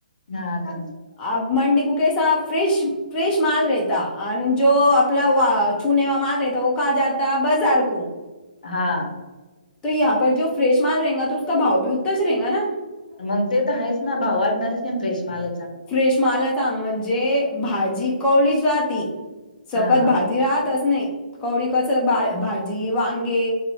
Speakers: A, on the left; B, on the left.
A: हा आता
B: आप मंडे को कैसा फ्रेश फ्रेश माल रहता अन जो आपला चुने का माल कहा जात बाजर को
A: हा
B: तो यहा पर जो फ्रेश माल रहेंगा तो उसका भाव भी उतना हिच रहेगांना.
A: म्हणते तर आहेच ना <unintelligible>
B: फ्रेश मालाचा म्हणजे भाजी कवळीच राहती. सकत
A: हा हा
B: भाजी राहतच नाही कवळी कस भा-भाजी वांगे